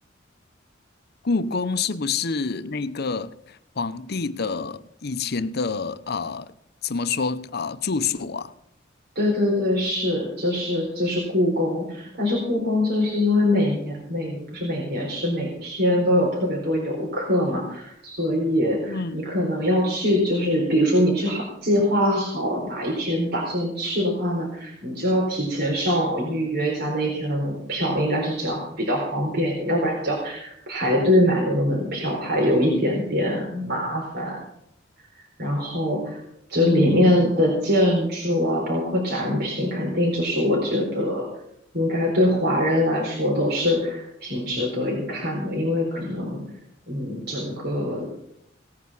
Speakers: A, on the left; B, on the right.
A: 故宫是不是那个皇帝的以前的呃，怎么说啊、呃住所啊？
B: 对对对，是，就是就是故宫，但是故宫就是因为每年每不是每年是每天都有特别多游客嘛，所以你可能要去，
A: 嗯
B: 就是比如说你去好计划好哪一天打算去的话呢，你就要提前上网预约一下那一天的门票，应该是这样比较方便一点，要不然你就要排队买那个门票，还有一点点麻烦。然后就里面的建筑啊，
A: 嗯
B: 包括展品，肯定就是我觉得应该对华人来说都是挺值得一看的，因为可能嗯，整个